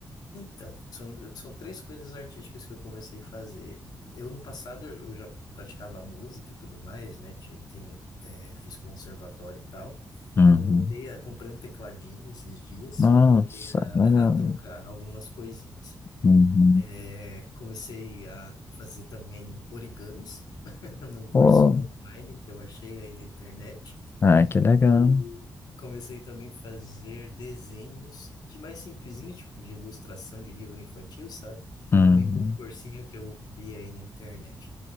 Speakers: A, on the left (about 80°); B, on the left (about 35°).
A: Então, são, são três coisas artísticas que eu comecei a fazer. Eu, no passado, eu eu já praticava música e tudo mais, né? Ti- Tenho, é, fiz conservatório e tal.
B: Uhum.
A: Então, voltei a... Comprei um tecladinho esses dias
B: Nossa,
A: e voltei a,
B: legal.
A: <laughs> a tocar algumas coisinhas.
B: Uhum.
A: É, comecei a fazer também origamis <laughs> num cursinho
B: Pô,
A: online que eu achei aí na internet.
B: ah, que legal.
A: E comecei também a fazer desenhos de mais simplesinhos, tipo de ilustração de livro infantil, sabe?
B: Uhum.
A: Também com um cursinho que eu vi aí na internet.